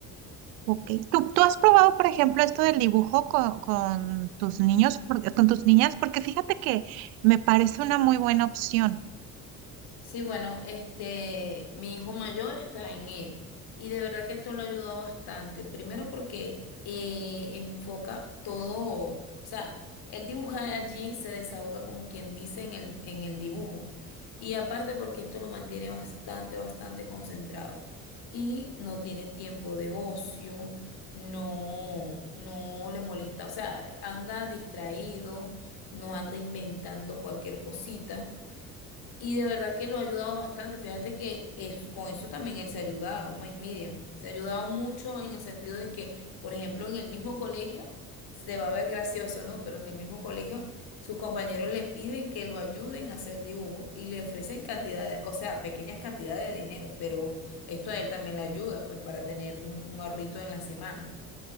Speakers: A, on the right; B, on the left.
A: Ok. ¿Tú, tú has probado, por ejemplo, esto del dibujo con, con tus niños, Porque- con tus niñas? Porque fíjate que me parece una muy buena opción.
B: Sí, bueno, este, mi hijo mayor está en él y de verdad que esto lo ha ayudado bastante. Primero porque eh, enfoca todo, o sea, él dibuja allí, se desahoga como quien dice en el, en el dibujo. Y aparte porque esto lo mantiene bastante, bastante concentrado y no tiene tiempo de ocio, no, no le molesta, o sea, anda distraído, no anda inventando cualquier cosita. Y de verdad que lo ha ayudado bastante. Fíjate que es, con eso también él se ha ayudado, Mi- Miriam. Se ha ayudado mucho en el sentido de que, por ejemplo, en el mismo colegio, se va a ver gracioso, ¿no? Pero en el mismo colegio, sus compañeros le piden que lo ayuden a hacer dibujo y le ofrecen cantidades, o sea, pequeñas cantidades de dinero, pero esto a él también le ayuda, pues, para tener un un ahorrito en la semana.